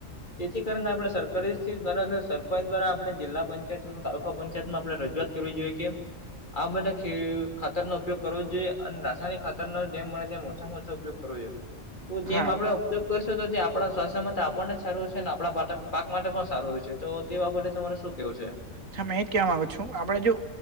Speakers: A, on the left; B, on the right.
A: તેથી કરીને આપણે સરકારશ્રી દ્વારા સરપંચ દ્વારા આપણે જિલ્લા પંચાયત અથવાતાલુકા પંચાયત માં આપણે રજૂઆત કરવી જોઈએ કે આ બધા ખે ખાતર નો ઉપયોગ કરવો જોઈએ. અને રાસાયણિક ખાતર ન જેમ બને તેમ ઓછામાં ઉપયોગ કરવો જોઈએ તો જેમ
B: હા
A: આપણે ઉપયોગ કરશો તો તે આપણા સ્વાસ્થ્ય માટે આપણને જ સારું હ છે અને આપણા પાક માટે પણ સારુંય છે તો તે બાબતે તમારે શું કેવું છે
B: હ મેં એજ કહેવા માંગુ છું આપડે જો